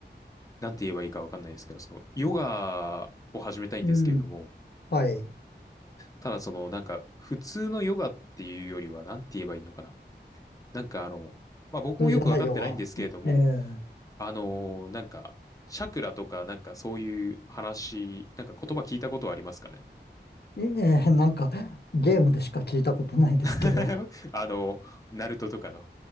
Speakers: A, on the left (about 20°); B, on the left (about 60°).
A: なんて言えばいいかわかんないですけど、その、ヨガを始めたいんですけれども、
B: う。うん。はい。
A: ただその、なんか、普通のヨガっていうよりは、なんて言えばいいのかな。なんかあの、まあ僕もよくわかってないんですけれども、
B: 普通じゃないヨガ。え
A: あの、なんか、チャクラとか、なんかそういう話、なんか言葉聞いたことはありますかね
B: えいええなんか、ゲームでしか聞いたことないですけど。
A: <laughs> あの、ナルトとかの。